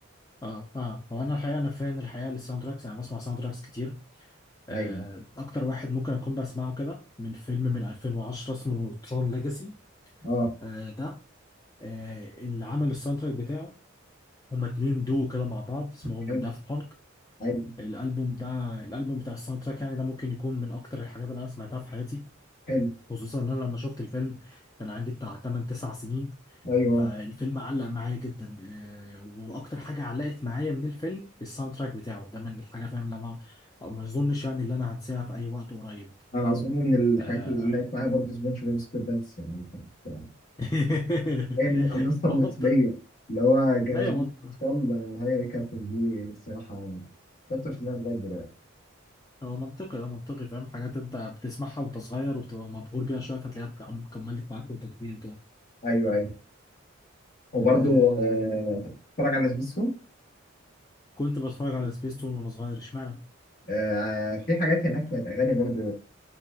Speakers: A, on the left; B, on the left.
A: اه اه هو انا الحقيقه انا فان الحقيقه للساوند تراكس يعني بسمع ساوند تراكس كتير آه
B: ايوه
A: اكتر واحد ممكن اكون بسمعه كده من فيلم من 2010 اسمه ترون ليجاسي
B: اه
A: آه ده آه، اللي عمل الساوند تراك بتاعه هما اتنين دو كده مع بعض اسمهم
B: حلو
A: دافت بانك
B: حلو
A: الالبوم ده الالبوم بتاع الساوند تراك يعني ده ممكن يكون من اكتر الحاجات اللي انا سمعتها في حياتي
B: حلو
A: خصوصا ان انا لما شفت الفيلم كان عندي بتاع 8 9 سنين
B: ايوه
A: فالفيلم علق معايا جدا آه، واكتر حاجه علقت معايا من الفيلم الساوند تراك بتاعه ده من الحاجه فاهم اللي انا أو ما اظنش يعني اللي انا هنساها في اي وقت قريب
B: انا اظن من الحاجات
A: آه.
B: اللي علقت معايا برضه سبونج بوب سكويربانس يعني كانت
A: <laughs>
B: هي الن- النسخه
A: ما
B: المصريه
A: بط...
B: اللي هو جوازين
A: ايوه
B: اطفال هاي يا كابتن دي الصراحه كنت في النار لغايه دلوقتي
A: هو منطقي هو منطقي فاهم حاجات انت بتسمعها وانت صغير وبتبقى مبهور بيها شويه فتلاقيها اتك- كملت معاك وانت كبير كده
B: ايوه ايوه وبرضه
A: آه
B: آه، أنت بتتفرج على سبيستون
A: كنت بتفرج على سبيس تون وانا صغير اشمعنى
B: آه في حاجات هناك كانت اغاني برضه